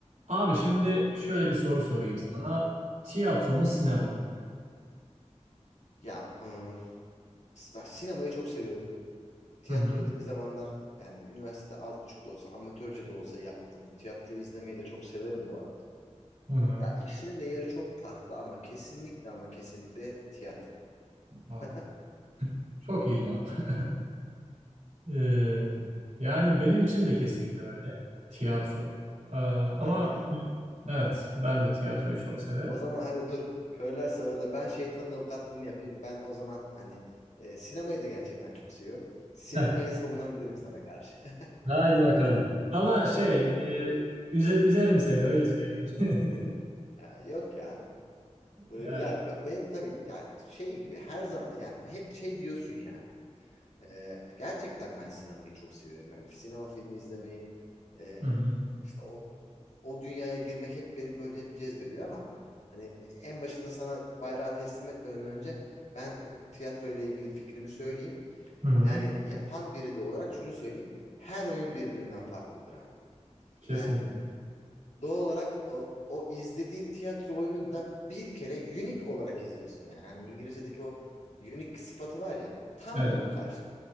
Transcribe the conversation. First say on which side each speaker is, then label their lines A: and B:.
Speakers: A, on the right; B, on the left.
A: Abi şimdi şöyle bir soru sorayım
B: Hı hı.
A: sana. Tiyatro mu sinema mı?
B: Ya ıı, bak sinemayı çok seviyorum. Tiyatroyu
A: Hı hı.
B: da bir zamanlar yani üniversitede az buçuk da olsa amatörce de olsa yaptım. Tiyatroyu izlemeyi de çok severim bu arada.
A: Hı hı.
B: Ya ikisinin de yeri çok farklı ama kesinlikle ama kesinlikle tiyatro.
A: Aa,
B: <laughs>
A: çok iyi cevap. <laughs> Ee, yani benim için de kesinlikle öyle. Tiyatro. Ee, ama
B: Hadi ya.
A: evet ben de tiyatroyu çok severim.
B: O zaman hadi dur. Körler sağırla ben şeytanın avukatlığını yapayım. Ben o zaman hani e, sinemayı da gerçekten çok seviyorum. Sinemayı
A: Heh,
B: savunabilirim sana karşı. <laughs>
A: haydi bakalım. Ama şey e, üze- üzerim seni öyle söyleyeyim. <laughs>
B: Ee, Yok ya. Ee,
A: Yani.
B: Yani be- benim tabii yani şey gibi her zaman yani hep şey diyorsun yani. Ee, gerçekten ben sinemayı çok seviyorum yani sinema filmi izlemeyi e,
A: Hı hı.
B: işte o o dünyaya girmek hep beni böyle hep cezbediyor ama hani en başında sana bayrağı teslim etmeden önce ben tiyatro ile ilgili fikrimi söyleyeyim.
A: Hı hı.
B: Yani yapan biri de olarak şunu söyleyeyim. Her oyun birbirinden farklıdır abi.
A: Kesinlikle.
B: Yani Doğal olarak o, o izlediğin tiyatro oyununu da bir kere unique olarak izliyorsun yani. Hani İngilizce'deki o unique sıfatı var ya. Tam
A: Evet.
B: bunun karşı.